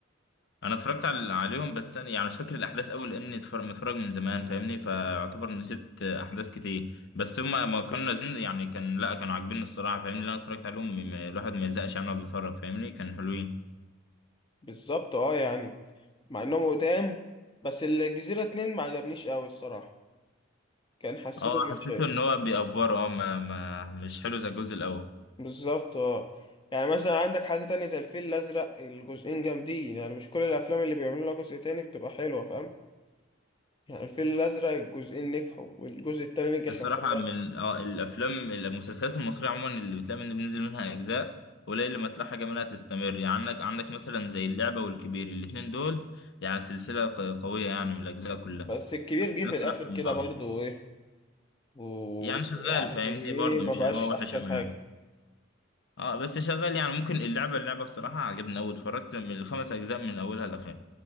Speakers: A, on the left (about 60°); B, on the left (about 25°).
A: انا اتفرجت على عليهم بس انا يعني مش فاكر الاحداث قوي لاني اتفرج متفرج من زمان فاهمني فاعتبر نسيت احداث كتير بس هم ما كانوا نازلين يعني كان لا كانوا عاجبيني الصراحه فاهمني اللي انا اتفرجت عليهم م- م- الواحد ما يزهقش يعني وهو بيتفرج فاهمني كان حلوين
B: بالظبط اه يعني مع انهم قدام بس الجزيرة اتنين ما عجبنيش قوي الصراحة كان حسيته
A: اه
B: مش
A: حسيته
B: شاد
A: ان هو بيأفور اه ما ما مش حلو زي الجزء الاول
B: بالظبط اه يعني مثلا عندك حاجة تانية زي الفيل الأزرق الجزئين جامدين يعني مش كل الأفلام اللي بيعملوا لها جزء تاني بتبقى حلوة فاهم يعني الفيل الأزرق الجزئين نجحوا والجزء التاني نجح
A: الصراحه
B: يعتبر
A: من
B: أكتر
A: اه الافلام المسلسلات المصريه عموما اللي بتلاقي من بينزل منها اجزاء قليل لما تلاقي حاجه منها تستمر يعني عندك عندك مثلا زي اللعبه والكبير الاتنين دول يعني سلسله ق- قويه يعني من الاجزاء كلها
B: بس الكبير جه
A: ياكل
B: في الآخر
A: احسن
B: كده
A: من بعض
B: برضو ايه ويعني
A: يعني شغال فاهمني
B: ايه
A: برضه
B: ما
A: مش
B: بقاش
A: اللي هو
B: أحسن
A: وحش قوي
B: حاجة
A: يعني اه بس شغال يعني ممكن اللعبه اللعبه الصراحه عجبني قوي اتفرجت من الخمس اجزاء من اولها لاخرها